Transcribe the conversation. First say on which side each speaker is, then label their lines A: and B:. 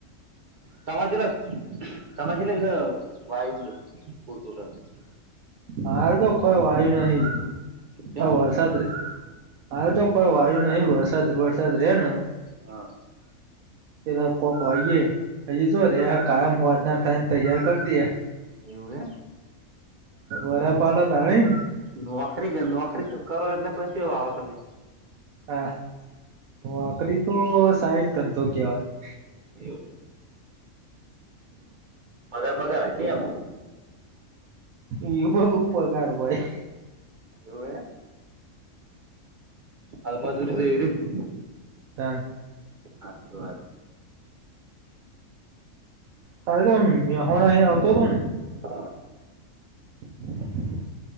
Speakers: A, on the right; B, on the right.
A: તમારે તમારેલા <unintelligible> બધ વાઈટ બધું પુરતું નટુ
B: હાલ, તો કોઈ વાયુ નહી
A: કેમ
B: આ વરસાદ રે.. હાલ તો, કોઈ વાયુ નહીં વરસાદ વરસાદ રે ન
A: હા
B: પેલા કોક વાઈએે હજી, તો રે કાયમ હોવાજનાર થાયને તૈયારી કરી દેએ.
A: <inaudible> એવું હે.
B: <inaudible> બારા પાલતા દાણી.
A: નોકરી નોકરી કરો એટલે <inaudible> વાવો તમે.
B: હા.. નોકરી તો સાઈડ ધંધો કેવાય.
A: <inaudible> એવું. <inaudible> બાલ બાલ અતિ આવું.
B: એ <inaudible> બહ ઉપકાર હોય.
A: એવું એમ હાલ જોઈએ તો <inaudible> એ રેયેજની
B: હા..
A: આટલા જ.
B: ક <inaudible> તોહોણા અહીં આવતો હતો ને..
A: હા
B: <inaudible>